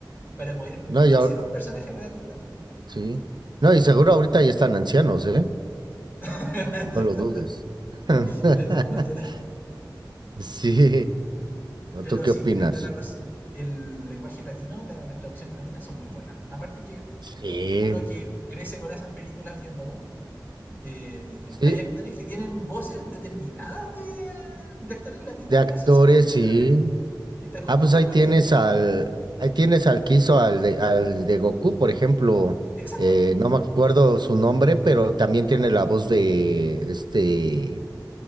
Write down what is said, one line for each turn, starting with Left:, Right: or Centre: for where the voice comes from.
Left: para poder
Right: no, ya,
Left: hacer un personaje realista.
Right: sí. No, y seguro ahorita ya están ancianos, ¿eh?
Left: <laughs>
Right: No lo dudes. <laughs>
Left: de todas maneras.
Right: Sí. ¿O
Left: Pero
Right: ¿Tú qué
Left: sí,
Right: opinas?
Left: tienes toda la razón. El lenguaje latino, la- las traducciones latinas son muy buenas. Aparte que
Right: Sí.
Left: uno que crece con esas películas viéndolas, eh,
Right: Sí,
Left: hay actores que tienen voces determinadas de, de actores latinos
Right: de actores,
Left: que hacen sus traducciones.
Right: sí.
Left: Y te acostumbras
Right: Ah, pues ahí
Left: con
Right: tienes
Left: ellos.
Right: al, ahí tienes al que hizo al de, al de Goku, por ejemplo.
Left: Exacto,
Right: Eh, no me acuerdo su nombre, pero también tiene la voz de este